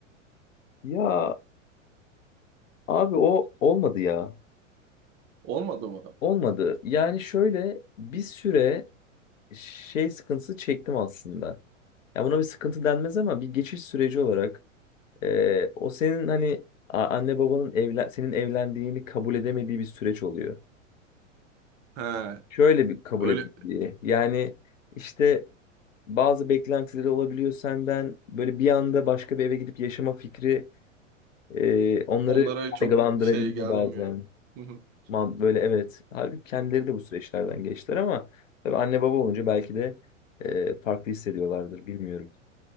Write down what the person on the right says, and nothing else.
Olmadı mı?
He,
öyle
Onlara çok
şey gelmiyor.
<laughs>